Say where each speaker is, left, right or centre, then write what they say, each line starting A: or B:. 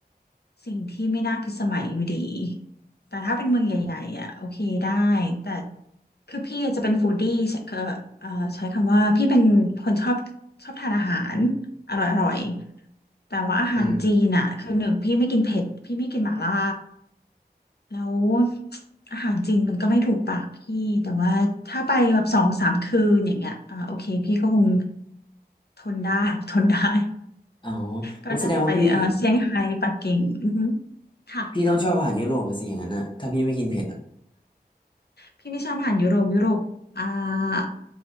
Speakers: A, on the left (about 75°); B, on the left (about 30°).
A: สิ่งที่ไม่น่าพิสมัยอยู่ดี แต่ถ้าเป็นเมืองใหญ่ๆอ่ะโอเคได้แต่คือพี่จะเป็นฟู้ดดี้ใช้เอ่อเอ่อใช้คำว่าพี่เป็นคนชอบชอบทานอาหารอร่อยๆแต่ว่าอาหารจีนอ่ะคือหนึ่งพี่ไม่กินเผ็ดพี่ไม่กินหม่าล่า
B: <laughs> อืม
A: แล้วอาหารจีนมันก็ไม่ถูกปากพี่แต่ว่าถ้าไปแบบสองสามคืนอย่างเงี้ยอ่าโอเคพี่ก็คงทนได้ <laughs> ทนได้
B: อ๋อ
A: ก็น่าจะไปเอ่อเซี่ยงไฮ้ปักกิ่งอือฮึ
B: งั้นแสดงว่าพี่
A: ค่ะ
B: พี่ต้องชอบอาหารยุโรปอะสิอย่างนั้นนะถ้าพี่ไม่กินเผ็ดอะ
A: พี่ไม่ชอบอาหารยุโรปยุโรปอ่า